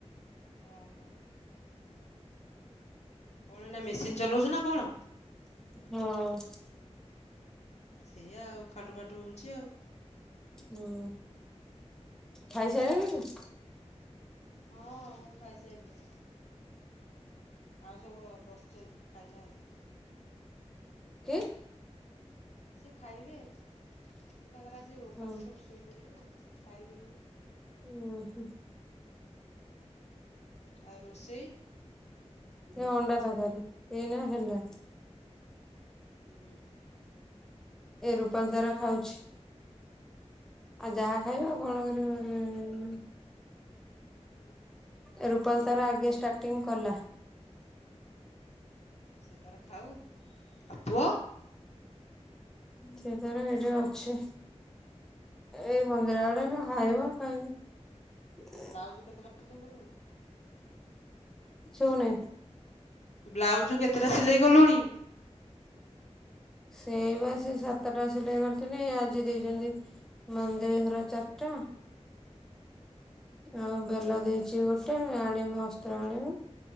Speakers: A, on the left; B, in the centre.
A: ଓହୋ। କଣ ଏଇନା ମେସିନ ଚଲାଉଛୁ ନା କଣ?
B: ହଁ।
A: ଆ ସେଇଆ ଆଉ ଖାଟୁ ଖାଟୁ ହଉଛି ଆଉ।
B: ହୁଁ ଖାଇସାଇଲଣି?
A: ହଁ ମୁଁ ଖାଇସାଇଲିଣି। ଆଉ ସବୁ ବସଛନ୍ତି ଖାଇନାହାନ୍ତି।
B: କି?
A: ସେ ଖାଇବେ କି ତାଙ୍କର ଆଜି ଉପାସ
B: ହଁ
A: ସବୁ ଶୋଇପଡ଼ିବେ ଆଉ ଖାଇବେନି।
B: ଉଁ ହୁଁ।
A: ଆଉ ରୋଷେଇ?
B: ଏ ଅଣ୍ଡା ତକାରି ଏଇନା ହେଲା।
A: ଉଁ ହୁଁ।
B: ଏ ରୂପାଲି ତାର ଖାଉଛି। ଆଉ ଯାହା ଖାଇବ ଆଉ କଣ କରିପାରିବୁ
A: ଉ ହୁଁ।
B: ଏ ରୂପାଲି ତାର ଆଗେ ଷ୍ଟାର୍ଟିଂ କଲା।
A: ସେତାର ଖାଉ ଆଉ ପୁଅ?
B: ସିଏ ତାର ଏଇଠି ଅଛି। ଏ ମନ୍ଦିର ଆଡେ ଏଇନା ଖାଇବ ଖାଇନି।
A: ବ୍ଲାଉଜ୍ କେତେଟା ସିଲେଇ କଲୁଣି?
B: ଶୁଭୁନି।
A: ବ୍ଲାଉଜ କେତେଟା ସିଲେଇ କଲୁଣି?
B: ସେଇ ବା ସେଇ ସାତଟା ସିଲେଇ କରିଥିଲି ଆଜି ଦେଇଛନ୍ତି ମାନ୍ଦେଇ ଘର ଚାରିଟା। ଆଉ ବେଲା ଦେଇଛି ଗୋଟେ ଆଣିମି ଅସ୍ତ୍ର ଆଣିମି।